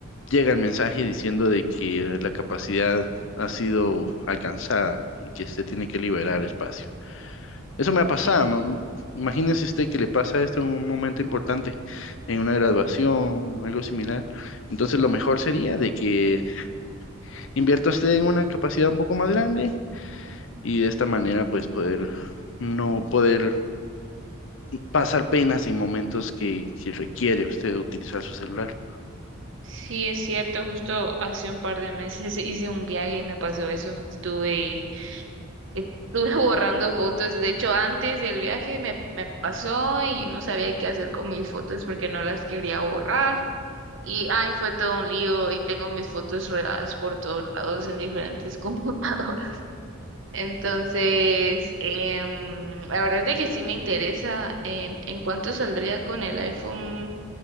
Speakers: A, on the left (about 65°); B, on the right (about 65°).
A: llega el mensaje diciendo de que la capacidad ha sido alcanzada y que usted tiene que liberar espacio. Eso me ha
B: Sí,
A: pasado, ¿no? Imagínese usted que le pasa esto en un momento importante, en una graduación o algo similar. Entonces, lo mejor sería de que invierta usted en una capacidad un poco más grande y de esta manera, pues, poder no poder pasar penas en momentos que, que requiere usted utilizar su celular.
B: sí, es cierto. Justo hace un par de meses hice un viaje y me pasó eso. Estuve, estuve <laughs> borrando fotos. De hecho, antes del viaje me, me pasó y no sabía qué hacer con mis fotos porque no las quería borrar. Y ay, fue todo un lío y tengo mis fotos regadas por todos lados en diferentes <laughs> computadoras. Entonces, em, la verdad es de que sí me interesa em, en cuánto saldría con el iPhone,